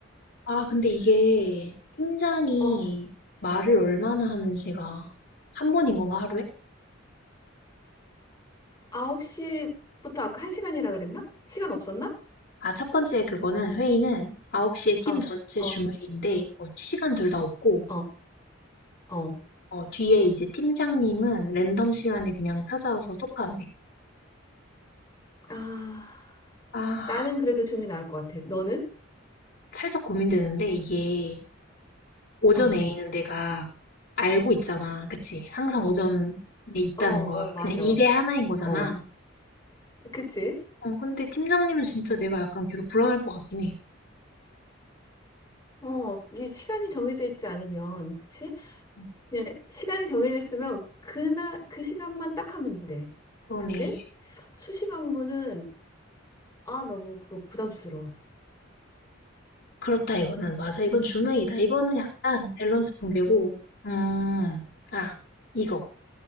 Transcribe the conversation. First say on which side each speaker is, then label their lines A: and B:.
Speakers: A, on the left; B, on the left.
A: 아, 근데 이게 팀장이
B: 어.
A: 말을 얼마나 하는지가 한 번인 건가, 하루에?
B: 9시부터 아까 1시간이라 그랬나? 시간 없었나?
A: 아, 첫 번째 그거는 회의는 9시에 팀
B: 어,
A: 전체 줌
B: 어,
A: 회의인데, 어, 시간 둘 다 없고,
B: 어, 어.
A: 어, 뒤에 이제 팀장님은 랜덤 시간에 그냥 찾아와서 토크한대.
B: 아,
A: 아,
B: 나는 그래도 줌이 나을 것 같아. 너는?
A: 살짝 고민되는데, 이게 오전
B: 어,
A: A는 내가 알고 있잖아. 그치? 항상 오전에 있다는
B: 어, 어,
A: 걸.
B: 맞아.
A: 그냥 일의 하나인 거잖아.
B: 어, 그치?
A: 어, 근데 팀장님은 진짜 내가 약간 계속 불안할 것 같긴 해.
B: 어, 이게 시간이 정해져 있지 않으면, 그치?
A: 음,
B: 그냥 시간이 정해져 있으면 그날, 그 시간만 딱 하면 돼.
A: 그러네.
B: 근데 수시 방문은, 아, 너무 그거 부담스러워.
A: 그렇다, 이거는. 맞아, 이건 주웨이다 이거는 약간 밸런스 붕괴고. 음, 아, 이거.